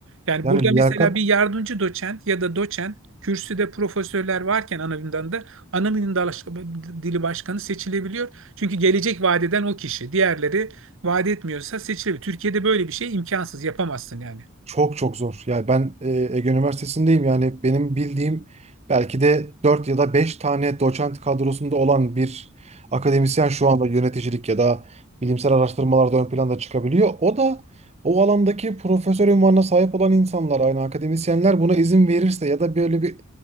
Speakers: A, on the right (about 65°); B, on the right (about 30°).
A: Yani
B: yani
A: burada
B: liyakat
A: mesela bir yardımcı doçent ya da doçent kürsüde profesörler varken ana bilimden de ana bilim dala- dili başkanı seçilebiliyor. Çünkü gelecek vadeden o kişi. Diğerleri vaat etmiyorsa seçilebilir. Türkiye'de böyle bir şey imkansız, yapamazsın yani.
B: Çok çok zor. Yani ben e, Ege Üniversitesi'ndeyim. Yani benim bildiğim belki de 4 ya da 5 tane doçent kadrosunda olan bir akademisyen şu anda yöneticilik ya da bilimsel araştırmalarda ön planda çıkabiliyor. O da o alandaki profesör unvanına sahip olan insanlar, aynı akademisyenler buna izin verirse ya da böyle bir